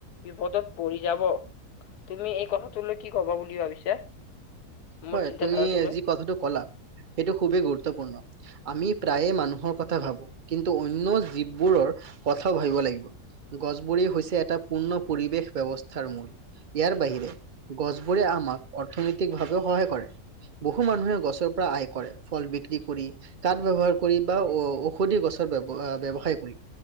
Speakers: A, on the left; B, on the right.
A: বিপদত পৰি যাব। তুমি এই কথাটোলৈ কি কবা বুলি ভাবিছা? মোৰ
B: হয়,
A: চিন্তাধাৰাটোলৈ
B: তুমি যি কথাটো ক'লা সেইটো খুবেই গুৰুত্বপূৰ্ণ। আমি প্ৰায়ে মানুহৰ কথা ভাবোঁ কিন্তু অন্য জীৱবোৰৰ কথাও ভাবিব লাগিব। গছবোৰেই হৈছে এটা পূৰ্ণ পৰিৱেশ ব্যৱস্থাৰ মূল। ইয়াৰ বাহিৰে গছবোৰে আমাক অৰ্থনৈতিকভাৱেও সহায় কৰে। বহু মানুহে গছৰ পৰা আয় কৰে, ফল বিক্ৰী কৰি কাঠ ব্যৱহাৰ কৰি বা ঔ-ঔষধি গছৰ ব্য-ব্যৱসায় কৰি।